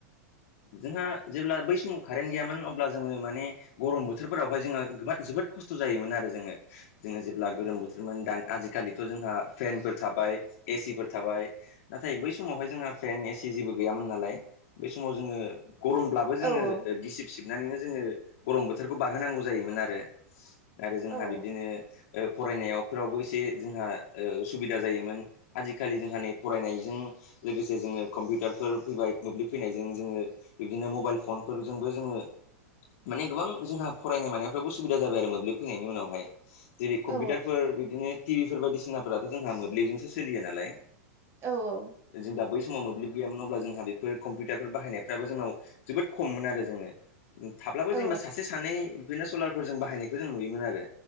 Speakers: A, on the left; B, on the right.
A: जोंहा जेब्ला बै समाव कारेन्ट गैयामोन अब्ला जोङो माने गरम बोथोरफोरावहाय जोङो गोबाद- जोबोद खस्थ' जायोमोन आरो जोङो। जोङो जेब्ला गोलोम बोथोरमोन दान आजिखालिथ' जोंहा फेनफोर थाबाय एसिफोर थाबाय। नाथाय बै समावहाय जोंहा फेन एसि जेबो गैयामोन नालाय बै समाव ज जोंङो गमब्लाबो जोङो
B: औ औ
A: ओ गिसिब सिबनानैनो जोङो गरम बोथोरखौ बारहोनांगौ जायोमोन आरो आरो जोंहा
B: औ
A: बिदिनो ओ फरायनायावफोरावबो एसे जोंहा ओ उसुबिदा जायोमोन। आजिखालि जोंहा नै फरायनायजों लोगोसे जोङो कम्पिउटारफोर फैबाय मोब्लिब फैनाय जों जोङो बिबदिनो मबाइल फन फोरजोंबो जोङो माने गोबां जोंहा फरायनाय मानायफ्राबो सुबिदा जाबाय आरो मोब्लिब फैनायनि उनावहाय। जेरै कम्पिउटारफोर
B: औ
A: बिदिनो टिभिफोर बायदिसिनाफोराथ' जोंहा मोब्लिबजोंसो सोलियो नालाय।
B: औ औ
A: जों दा बै समाव मोब्लि गैयामोन अब्ला जोंहा बेफोर कम्पिउ याफोर बाहायनायफ्राबो जोंनाव जोबोद खममोन आरो जोङो थाब्लाबो
B: औ
A: जेनेबा सासे सानै दिनो सलारफोर जों बाहायनायखौ जों नुयोमोन आरो